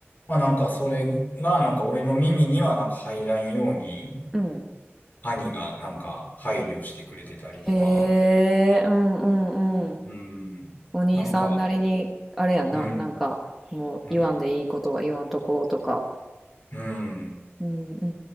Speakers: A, on the left (about 45°); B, in the centre.
A: まあなんかそれがなんか俺の耳にはなんか入らんように
B: うん
A: 兄がなんか配慮してくれてたりとか、
B: へえうんうんうん
A: うん、
B: お兄さんなりにあれやななんかもう言わんでいいことは言わんとこうとか
A: なんか、うん、うん、うん。
B: うんう